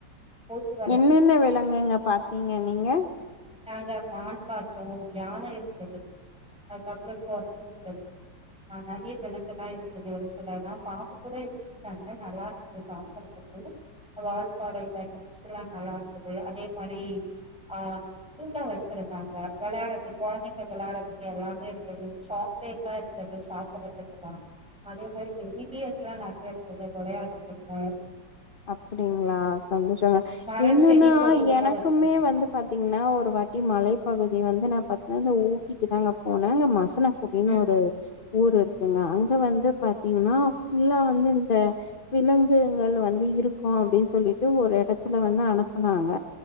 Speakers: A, in the centre; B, on the left.
A: போய்டு
B: என்னென்ன விலங்குங்க பாத்தீங்க
A: <unintelligible>
B: நீங்க
A: நாங்க மான் பாத்தோ யான இர்ந்துது அதுக்கப்றோ குர்ங்கு இர்ந்துது ஆ நெறைய விலங்கெல இர்ந்துசு ஒரு சில நா பாக்க கூட இல் புடிச்சாங்க நல்லா இருந்து பாக்கற்துக்கு வால்பாறையில ட்ரிப்ஸ்லா நல்லா இருந்துது அதே மாரி ஆ தூங்கா வச்சிருந்தாங்க விளையாற்றதுக் குழந்தைங்க விளையாறதுக்கு எல்லாமே இர்ந்துது சாக் லேட்லா இருந்தது சாப்பறது கெல்லா அதே மாரி வி பி எஸ் லா நெறைய இருந்தது விளையாட்றதுக்கு
B: அப்டிங்ளா சந்தோசங்க
A: மர
B: என்னனா
A: செடி கொடிகள்லா
B: எனக்குமே
A: வச்சிருந்தாங்க
B: வந்து பாத்தீங்னா ஒரு வாட்டி மலைப்பகுதி வந்து நா பாத்னா இந்த ஊட்டிக்கிதாங்க போனே அங்க மஸ் தனக்குடினு
A: ம்
B: ஒரு ஊர் இருக்குங்க அங்க வந்து பாத்தீங்னா ஃபுல்லா வந்து இந்த விலங்குங்கள் வந் து இருக்கு அப்டின் சொல்லிட்டு ஒரு இடத்துல வந்து அனுப்பனாங்க